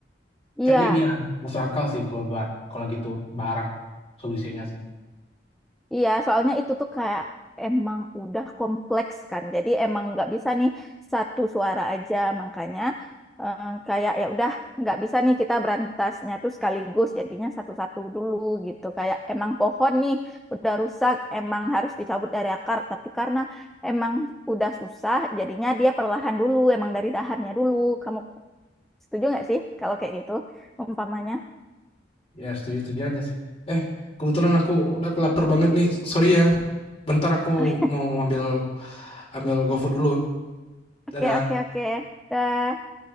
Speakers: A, in the centre; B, on the left.
A: iya.
B: Kayaknya iya, masuk akal sih kalau bar kalau gitu barak solusinya sih.
A: Iya, soalnya itu tuh kayak emang udah kompleks kan. Jadi emang nggak bisa nih satu suara aja. Makanya eh, kayak ya udah nggak bisa nih kita berantasnya tuh sekaligus. Jadinya satu-satu dulu gitu. Kayak emang pohon nih udah rusak, emang harus dicabut dari akar. Tapi karena emang udah susah, jadinya dia perlahan dulu. Emang dari dahannya dulu. Kamu setuju nggak sih kalau kayak gitu umpamanya?
B: Ya setuju-setuju aja sih. Eh, kebetulan aku udah lapar banget nih, sorry ya. Bentar aku
A: <laughs>
B: mau ambil ambil GoFood dulu. Dadah.
A: Oke, oke, oke. Dah.